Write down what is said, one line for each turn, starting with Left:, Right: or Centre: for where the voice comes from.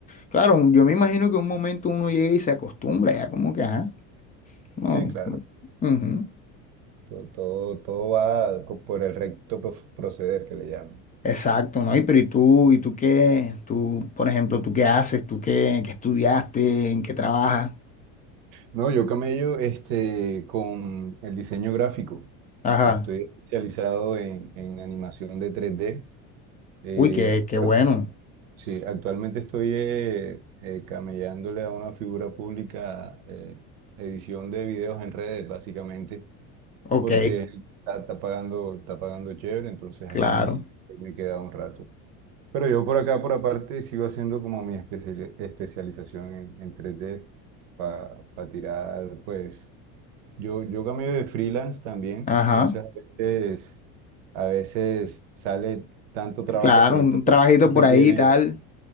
Left: claro, yo me imagino que un momento uno llega y se acostumbra, ya como que, ajá, no.
Right: Sí, claro.
Left: no. ujú.
Right: Todo, todo, todo va co- por el recto pro- proceder que le llaman.
Left: Exacto, ¿no? Y pero ¿y tú, y tú qué? Tú, por ejemplo, ¿tú qué haces? ¿Tú qué, qué estudiaste? ¿En qué trabajas?
Right: No, yo camello este, con el diseño gráfico.
Left: Ajá.
Right: Estoy especializado en, en animación de tres d Eh,
Left: Uy, qué, qué
Right: pero
Left: bueno.
Right: sí, actualmente estoy eh, eh, camellándole a una figura pública eh, edición de videos en redes, básicamente,
Left: Ok,
Right: porque está, está pagando, está pagando chévere, entonces
Left: claro.
Right: ahí me queda un rato. Pero yo por acá, por aparte, sigo haciendo como mi especiali- especialización en, en tres d para tirar, pues, yo, yo cambio de freelance también,
Left: Ajá.
Right: entonces a veces, a veces sale tanto trabajo,
Left: Claro,
Right: pero
Left: un
Right: esto,
Left: trabajito
Right: esto requiere
Left: por ahí y tal.